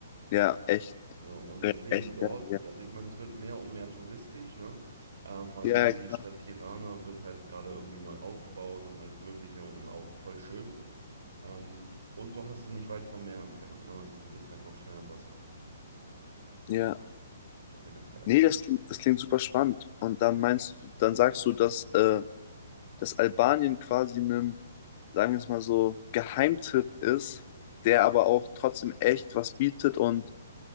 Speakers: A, on the left; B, on the right.
A: ja, echt,
B: So, und
A: äh,
B: das Leben
A: echt
B: dort,
A: geil, ja.
B: also ich meine, es wird mehr und mehr touristisch, ne? Äh, vor allen
A: Ja,
B: Dingen
A: ja,
B: die Stadt Tirana wird halt gerade irgendwie neu aufgebaut und alles Mögliche und auch voll schön. Ähm, und du hast es nicht weit vom Meer entfernt, ne? Also du bist halt auch schnell am Wasser.
A: Ja.
B: Das ist halt ganz geil.
A: Nee, das klingt, das klingt super spannend. Und
B: Mhm.
A: dann meinst du, dann sagst du, dass, äh, dass Albanien quasi einem, sagen wir es mal so, Geheimtipp ist, der aber auch trotzdem echt was bietet und